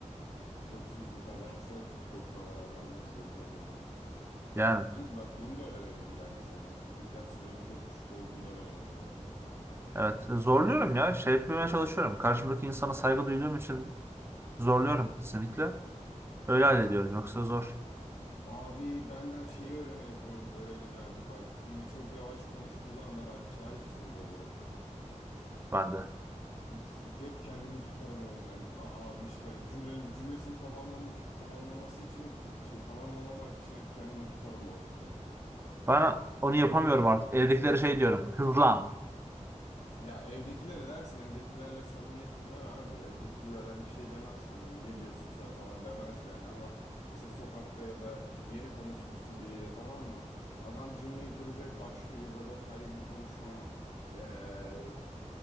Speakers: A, on the left; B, on the right.
A: TikToksuz bu kadarsa TikTok'la beraber nasıl olur acaba?
B: Yani
A: Bun, bak bunu da öğrenebilirlerdi senden. Dikkat sürenin çok düşük olduğunu öğrenebilirlerdi mesela.
B: evet zorluyorum ya. Şey yapmaya çalışıyorum. Karşımdaki insana saygı duyduğum için zorluyorum kesinlikle. Öyle hallediyorum. Yoksa zor
A: Abi benden şeyi öğrene, öğ- öğrenirlerdi bak. Biri çok yavaş konuştuğu zaman ben acayip sinir olurum.
B: bende.
A: B- Hep kendimi tutarım o yüzden. A- abi işte cümle, cümlesini tamamlam tamamlaması için şey tamamlamamak için hep kendimi tutarım o yüzden.
B: Bana onu yapamıyorum
A: Bunu
B: artık. Evdekilere şey diyorum. <laughs> Hızlan.
A: Ya evdekilere dersin evdekilerle samimiyetin var abi. Evdekiler hani şey demez sana ne diyorsun sen falan demez yani ama mesela sokakta ya da yeni tanışmışsın biriyle tamam mı? Adam cümleyi kuracak başlıyor İlber Ortaylı gibi konuşmaya. Ee,